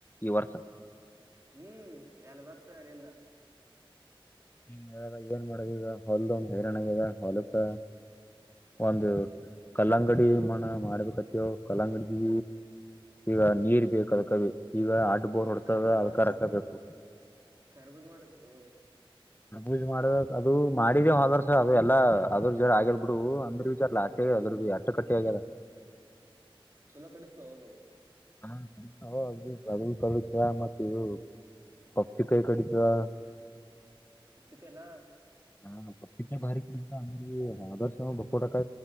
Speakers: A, on the left; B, on the right.
A: ಈ ವರ್ಷ.
B: ಹ್ಮ್ ಎಲ್ಲ ಬತ್ ಎಲ್ಲಿ ಇಲಾ
A: ನಿನ್ ಏನ್ ಮಾಡದು ಈಗ ಹೊಲ್ ಒಂದು ಹೈರಾಣಾಗದ ಹೊಲಕ್ಕ ಒಂದು ಕಲ್ಲಂಗಡಿ ಮಣ ಮಾಡ್ಬೇಕತಿವ ಕಲ್ಲಂಗಡಿ ಈಗ ನೀರ್ ಬೇಕದಕ ಈಗ ಆ ಬೋರ್ ಹೊಡ್ತದ
B: ಖರ್ಬೂಜ್
A: ಅದಕ್
B: ಮಾಡು ಖರ್ಬೂಜ
A: ರೋಕ್ ಬೇಕು
B: ಖರ್ಬೂಜ್ ಮಾಡು ಖರ್ಬೂಜ
A: ಅಜ್ ಮಾಡದ ಅದು ಮಾಡಿದ ಹೊದವರ್ಷ ಅದ ಎಲ್ಲ ಅದ್ರ ಜರ ಆಗ್ಯದ ಬಿಡು ಅಂದ್ರ ವಿಚಾರಲ್ಲ ಅಷ್ಟ ಆಗ ಅದ್ರ ಎಷ್ಟು ಅಟಕಟ್ಟಿ ಆಗ್ಯೆದ
B: ಛಲೋ ಕಡೆ ಹೋದು
A: ಹಾ ಕ ಹೋಗಿ ಬಕ ಮತವು ಪಫಿ ಕಾಯ ಕಡಿತದ
B: ತ ಪಪಿಕೆನಾ
A: ಹಾ ಹ ಇ ಬಾರಿಂತ ಅಂದ್ರರ್ ಬೋಕ್ಕ